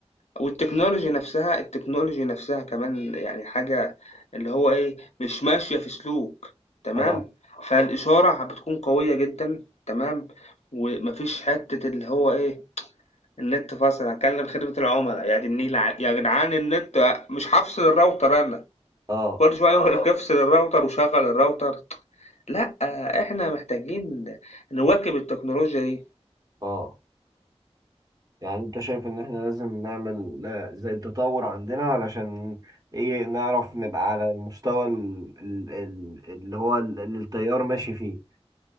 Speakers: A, on the left; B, on the right.
A: والتكنولوجي نفسها التكنولوجي نفسها كمان يعني حاجة اللي هو إيه مش ماشية في سلوك تمام
B: اه
A: فالإشارة بتكون قوية جدا تمام ومفيش حتة اللي هو إيه النت فصل هكلم خدمة العملاء يا دي النيل ع- يا جدعان النت مش هفصل الراوتر انا
B: اه
A: كل شوية يقول لك اه افصل الراوتر وشغل الراوتر لا احنا محتاجين نواكب التكنولوجيا دي
B: اه يعني انت شايف ان احنا لازم نعمل آه، زي التطور عندنا علشان ايه نعرف نبقى على المستوى ال- ال- ال- اللي هو ال- اللي التيار ماشي فيه